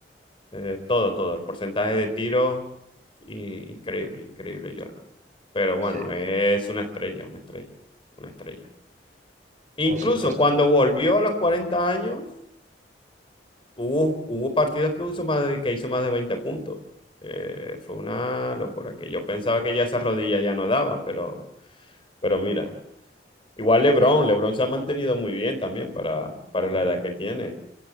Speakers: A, on the left; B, on the right.
A: Eh, todo, todo. El porcentaje de tiros, i- increíble, increíble, Jordan. Pero bueno,
B: Sí,
A: es una estrella, una estrella, una estrella. Incluso
B: por supuesto.
A: cuando volvió a los 40 años, hubo, hubo partidos que, hizo más de, que hizo más de 20 puntos. Eh, fue una locura que yo pensaba que ya esas rodillas ya no daban, pero, pero mira. Igual LeBron, LeBron se ha mantenido muy bien también para, para la
B: Mm,
A: edad que tiene.